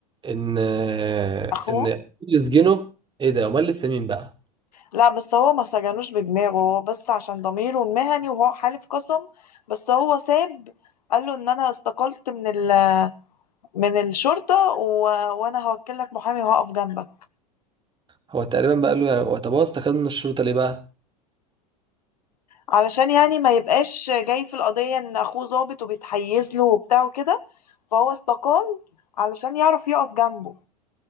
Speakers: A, on the right (about 20°); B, on the left (about 75°).
A: ان آه،
B: اخوه
A: ان اللي سجنه ايه ده امال لسه مين بقى
B: لا بس هو ما سجنوش بدماغه هو بس عشان ضميره المهني وهو حالف قسم بس هو ساب قال له ان انا استقلت من ال... من الشرطة و... وانا هوكل لك محامي وهقف جنبك
A: هو تقريبا بقى قال له يعني هو طب هو استقال من الشرطه ليه بقى
B: علشان يعني ما يبقاش جاي في القضية ان اخوه ظابط وبيتحيز له وبتاع وكده فهو استقال علشان يعرف يقف جنبه